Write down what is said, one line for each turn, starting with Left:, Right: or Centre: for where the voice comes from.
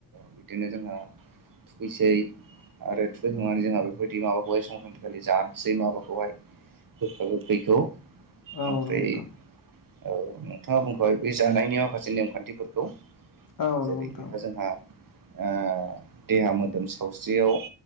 Right: बिदिनो जोंहा थुखैसै आरो थुैखांनानै जोंहा बेफोरबायदि माबाखौहाय संक्रान्तिखालि जानोसै माबाखौहाय गोखा गोखैखौ
Left: औ
Right: मफ्राय
Left: नंगौ नोंथां
Right: औ नोंथाङा बुंखबाय बे जानायनि माखासे नेमखान्थिफोरखौ
Left: औ
Right: जेरै
Left: नंगौ नोंथां
Right: बेहा जोंहा <unintelligible> देहा मोदोम सावस्रियाव